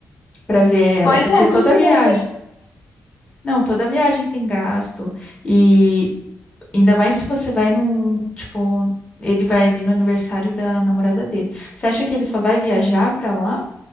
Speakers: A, on the left; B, on the left.
A: para ver ela?
B: Pois
A: Porque
B: é,
A: toda
B: como que
A: viagem,
B: ele vai
A: não, toda viagem tem gasto. E ainda mais se você vai no, tipo, ele vai ali no aniversário da namorada dele. Você acha que ele só vai viajar para lá?